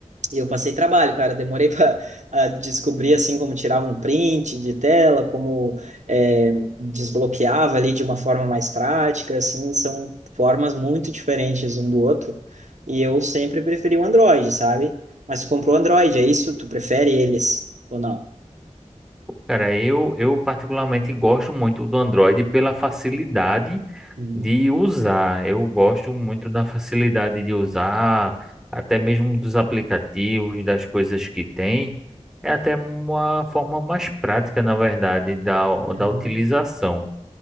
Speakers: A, on the right; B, in the centre.
A: E eu passei trabalho, cara. Demorei <laughs> para descobrir assim como tirava um print de tela, como é, desbloqueava ali de uma forma mais prática. Assim, são formas muito diferentes um do outro. E eu sempre preferi o Android, sabe? Mas tu comprou o Android, é isso? Tu prefere eles ou não?
B: Cara, eu, eu particularmente gosto muito do Android pela facilidade
A: Uhum.
B: de usar. Eu gosto muito da facilidade de usar, até mesmo dos aplicativos, das coisas que tem. É até uma forma mais prática, na verdade, da,
A: Uhum.
B: da utilização.